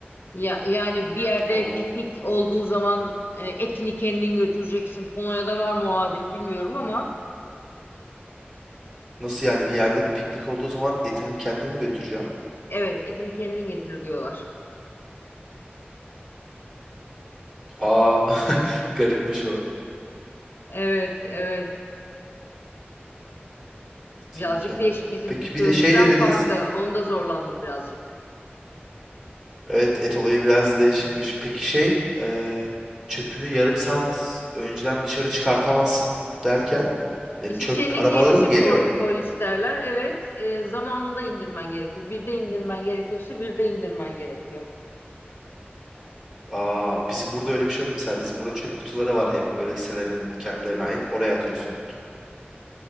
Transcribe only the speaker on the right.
Oo.
Nasıl yani bir yerde piknik olduğu zaman etimi kendim mi götüreceğim?
Aa <laughs> garipmiş o.
Etimi
kendim.
Peki
bir de şey dediniz.
Evet et olayı biraz değişikmiş. Peki şey eee, çöpünü yarım saat önceden dışarı çıkartamazsın derken yani
çöp arabaları
mı
geliyor?
Aa bizim burada öyle bir şey yok mesela. Bizim burada çöp kutuları var hep böyle hisselerinin kendilerine ait. Oraya atıyorsun.